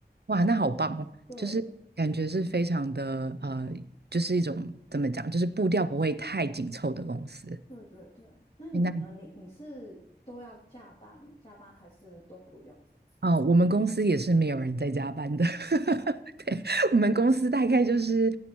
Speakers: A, on the right (about 70°); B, on the left (about 40°).
A: 哇，那好棒哦，
B: 对
A: 就是感觉是非常的呃，就是一种怎么讲，就是步调不会太紧凑的公司。
B: 对对对，那你呢？
A: 诶那
B: 你你是都要加班加班还是都不用的？
A: 啊、我们公司也是没有人在加班的。<laughs> 对，我们公司大概就是